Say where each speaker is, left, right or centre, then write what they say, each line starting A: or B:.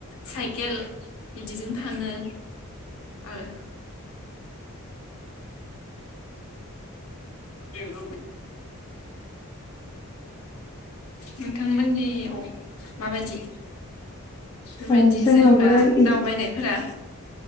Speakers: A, on the left; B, on the left.
A: साइकेल बिदिजों थाङो आरो <unintelligible> <unintelligible> ओइ नोंथांमोननियाव माबायदि? फोरबायदि
B: औ जोंनावबो
A: जेनेबा
B: इदि
A: दावबायनायफोरा